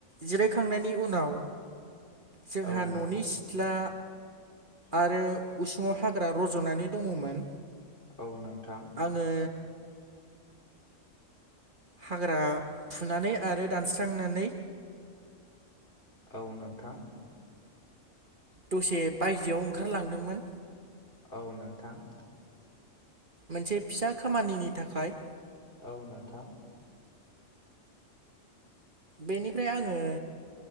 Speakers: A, on the right; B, on the left.
A: जिरायखांनायनि उनाव जोंहा
B: औ नोंथां
A: ननि सिथ्ला आरो उसुङाव हाग्रा रजनानै दङमोन।
B: औ नोंथां।
A: आङो हाग्रा फुनानै आरो दानस्रांनानै।
B: औ नोंथां।
A: दसे बायजोआव ओंखारलांदोंमोन।
B: औ नोंथां।
A: मोनसे फिसा खामानिनि थाखाय
B: औ नोंथां।
A: बेनिफ्राय आङो